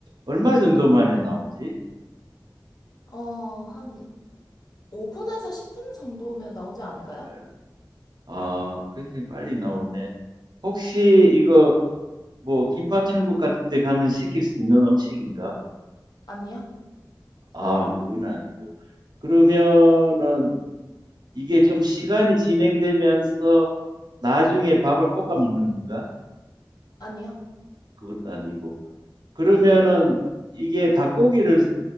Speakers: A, on the right; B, on the left.
A: 얼마 정도 만에 나오지?
B: 어, 한 5분에서 10분 정도면 나오지 않을까요?
A: 아, 빨리. 아, 굉장히 빨리 나오네. 혹시 이거 뭐 김밥 천국 같은 데 가면 시킬 수 있는 음식인가?
B: 아니요?
A: 아, 그건 아니고. 그러면은 이게 좀 시간이 진행되면서 나중에 밥을 볶아 먹는 건가?
B: 아니요?
A: 그것도 아니고. 그러면은 이게 닭고기를